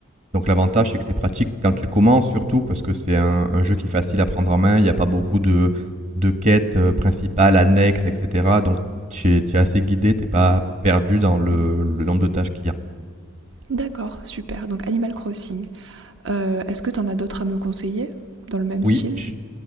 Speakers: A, on the right; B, on the right.
A: Donc l'avantage, c'est que c'est pratique quand tu commences surtout, parce que c'est un, un jeu qui est facile à prendre en main. Il n'y a pas beaucoup de, de quêtes euh, principales, annexes, etc. Donc tu es, tu es assez guidé, tu n'es pas perdu dans le, le nombre de tâches qu'il y a.
B: D'accord, super. Donc Animal Crossing. Heu, est-ce que t'en as d'autres à me conseiller, dans le même style?
A: Oui, j-